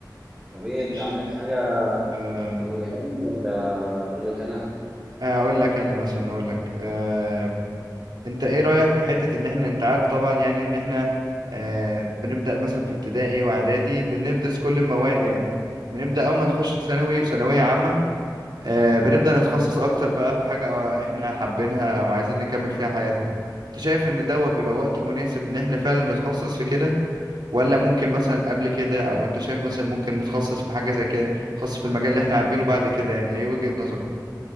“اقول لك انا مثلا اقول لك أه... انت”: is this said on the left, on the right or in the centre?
Right